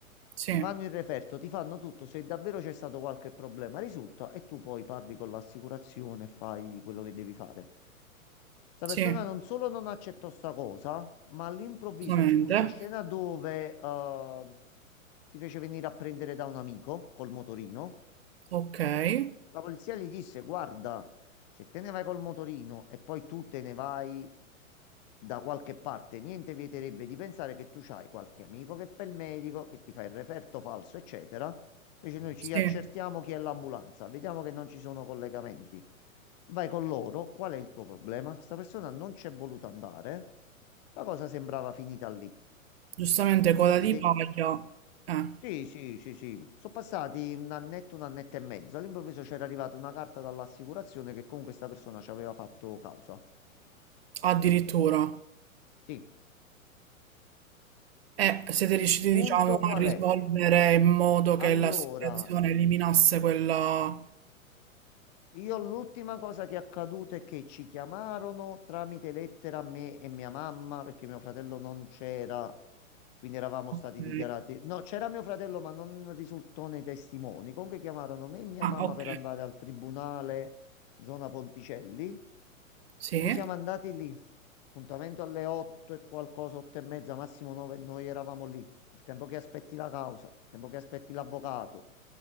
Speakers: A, on the right; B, on the left.
A: sì,
B: Ti fanno il referto, ti fanno tutto. Se davvero c'è stato qualche problema, risulta, e tu poi parli con l'assicurazione e fai quello che devi fare. Sta
A: sì,
B: persona non solo non accettò sta cosa ma all'improvviso
A: giustamente.
B: ci fu sta scena dove eh, si fece venire a prendere da un amico col motorino.
A: Okay,
B: La polizia gli disse: Guarda, se te ne vai col motorino e poi tu te ne vai da qualche parte, niente vieterebbe di pensare che tu c'hai qualche amico che fa il medico, che ti fa il referto falso, eccetera. Invece noi ci
A: sì,
B: accertiamo chi è l'ambulanza, vediamo che non ci sono collegamenti. Vai con loro, qual è il tuo problema? Sta persona non c'è voluta andare. La cosa sembrava finita lì.
A: giustamente
B: Passati
A: coda di
B: dei...
A: paglia, eh,
B: Sì, sì, sì, sì. Sono passati un annetto, un annetto e mezzo. All'improvviso c'era arrivata una carta dall'assicurazione che comunque questa persona ci aveva fatto causa.
A: addirittura.
B: Sì.
A: Eh, siete riusciti,
B: Il punto
A: diciamo, a
B: qual
A: risolvere
B: è?
A: in modo che
B: Allora,
A: la situazione eliminasse quella...
B: Io l'ultima cosa che è accaduta è che ci chiamarono tramite lettera a me e mia mamma perché mio fratello non c'era, quindi eravamo
A: Ok.
B: stati dichiarati. No, c'era mio fratello, ma non risultò nei testimoni. Comunque chiamarono me e mia
A: Ah,
B: mamma
A: ok.
B: per andare al tribunale zona Ponticelli.
A: Sì.
B: Noi siamo andati lì, appuntamento alle 8 e qualcosa, 8 e mezza, massimo 9, e noi eravamo lì. Il tempo che aspetti la causa, il tempo che aspetti l'avvocato.